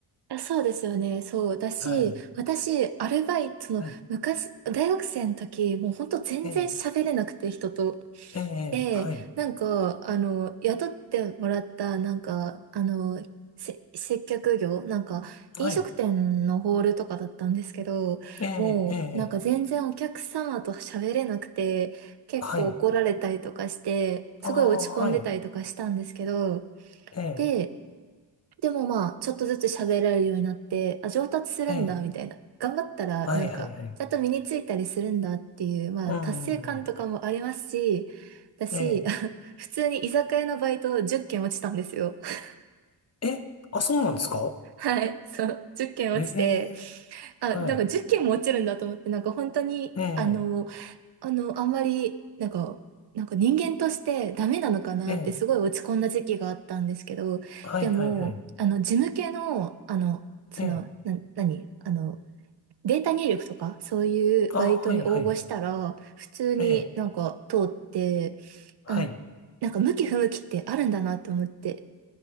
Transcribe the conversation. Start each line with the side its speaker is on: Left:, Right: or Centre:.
Right: あそうですよね。そう。だし、
Left: はい。
Right: 私、アルバイト、その、
Left: はい。
Right: 昔、大学生の時、もうほんと全然喋れなくて、
Left: ええ、
Right: 人と。
Left: ええ、ええはい。
Right: で、なんか、あの、雇ってもらった、なんか、あの、せ、接客業、なんか、飲食店のホールとかだったんですけど、
Left: はい。ええ、
Right: もう、
Left: ええ、ええ
Right: なんか全然お客様と喋れなくて、結構怒られたりとかして、
Left: はい。
Right: すごい落ち込んでたりとかしたんですけど、
Left: ああ、はい。ええ、
Right: で、でもまあ、ちょっとずつ喋られるようになって、あ、上達するんだ、
Left: ええ、
Right: みたいな。頑張ったら、
Left: はい、
Right: なんか、
Left: はい、はい。
Right: ちゃんと身についたりするんだっていう、まあ、
Left: うん、
Right: 達成感とかもありますし、
Left: うん、うん。
Right: だし、
Left: え
Right: <laughs> 普通に居酒屋のバイト10件落ちたんですよ。<laughs>
Left: え、え、あ、そうなんですか
Right: はい、そう、10件落ちて、
Left: ええ、
Right: あ、
Left: はい。
Right: なんか10件も落ちるんだと思って、なんか本当に、
Left: ええ、
Right: あの、あの、あんまり、なんか、なんか人間としてダメなのかなってすごい落ち込んだ時期があったんですけど、
Left: ええ、はい、
Right: でも、
Left: はい、はい。
Right: あの、事務系の、あの、その、
Left: ええ、
Right: な、何あの、データ入力とか、そういうバイトに応募したら、
Left: あ、はい、はい。
Right: 普通になんか通って、
Left: ええ、はい。
Right: あ、なんか向き不向きってあるんだなと思って、